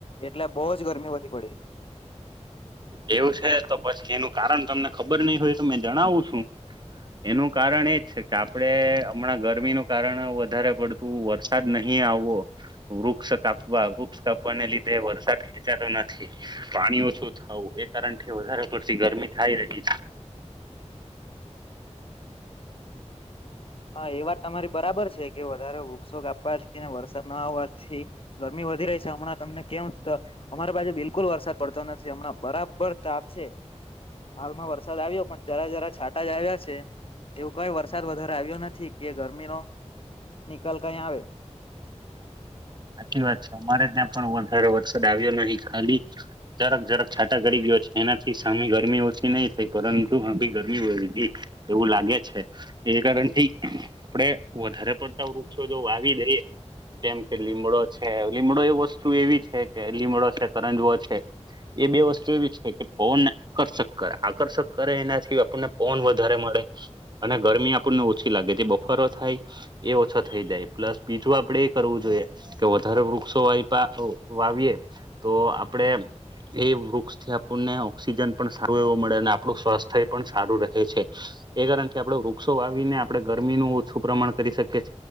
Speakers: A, on the left; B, on the right.
A: એટલે બહુ જ ગરમી વધી પડી,.
B: એવું છે. તો પછી એનું કારણ તમને ખબર નહી હોય તો મે જણાવું છું. એનું કારણ એજ છે. કે આપડે હમણાં ગરમીનું કારણ વધારે પડતું વરસાદ નહીં. આવો વૃક્ષ કાપવા વૃક્ષ કાપવાને લીધે વરસાદ ખેંચાતો નથી. ઓછું થાવું એ કારણથી વધારે પડતી ગરમી થાય રહી છે.
A: હા, એ વાત તમારી બરાબર છે. કે વધારે વૃક્ષો કાપવા થી. વરસાદ ના આવવાથી ગરમી વધી રહી છે. હમણાં તમને કેમ અમારી બાજુ બિલકુલ બિલકુલ વરસાદ પડતો નથી હમણાં બરાબર તાપ છે. હાલમાં વરસાદ આવ્યો પણ જરા જરા છાંટા જ આવ્યા છે. એવું ક્યાં વરસાદ વધારે આવ્યો. નથી કે ગરમી નો નિકાલ કઈ આવે.
B: સાચી વાત છે. અમારે ત્યાં પણ વધારે વરસાદ આવ્યો નહીં ખાલી જરક જરક છાંટા કરી ગયો એનાથી સામે ગરમી ઓછી નહી થઈ પરંતુ ત્યાં ભી ગરમી ઓં વધી ગઈ એવું લાગે છે. એ કારણથી આપડે વધારે પડતા વૃક્ષો જો વાવી દઈએ તેમ. લીમડો છે. લીમડો એ વસ્તુ એવી છે કે લીમડો છે. કરંજવો છે. એ બે વસ્તુ એવી છે કે પવનને આકર્ષક કરે આકર્ષક કરે એનાથી આપણને પવન વધારે મળે એટલે અને ગરમી આપણને ઓછી લાગે જે બફારો થાય એ ઓછો થઈ જાય પ્લસ બીજું આપડે એ કરવું જોઈએ કે વધારે વૃક્ષો વાવીએે તો આપડે એ વૃક્ષથી આપણને ઓક્સિજન પણ સારો એવો મળે અને આપણું સ્વાસ્થ્ય એ પણ સારું રહે છે. એ કારણથી આપડે વૃક્ષો વાવીને આપણે ગરમીનું ઓછું પ્રમાણ કરી શકીએ. છે